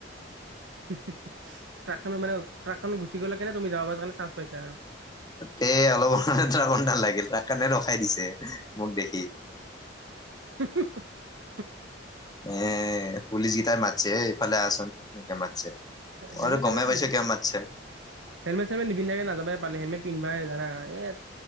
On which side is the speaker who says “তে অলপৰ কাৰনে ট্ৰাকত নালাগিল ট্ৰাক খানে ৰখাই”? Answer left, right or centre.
Left